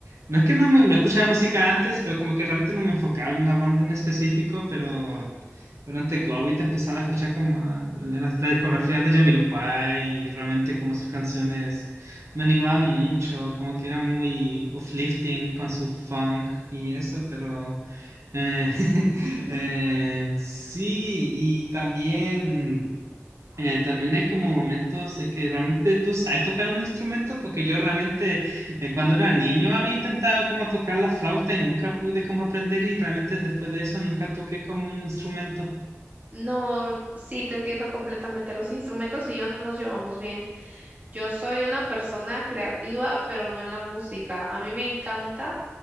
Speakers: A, on the right; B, on the right.
A: no es que no, me, no escuchaba música antes, pero como que realmente no me enfocaba en una banda en específico, pero
B: Ujú.
A: durante COVID empezaba a escuchar como ah, la, la discografía de Jamiroquai y realmente como sus canciones me animaban mucho, como que era muy uplifting con su funk y eso, pero... Eh, <laughs>
B: <laughs>
A: eh, sí, y también, eh, también hay como momentos de que realmente tú sabes tocar un instrumento, porque yo realmente eh, cuando era niño había intentado como tocar la flauta y nunca pude como aprender y realmente después de eso nunca toqué como un instrumento.
B: No, sí, te entiendo completamente. Los instrumentos y yo no nos llevamos bien. Yo soy una persona creativa, pero no en la música. A mí me encanta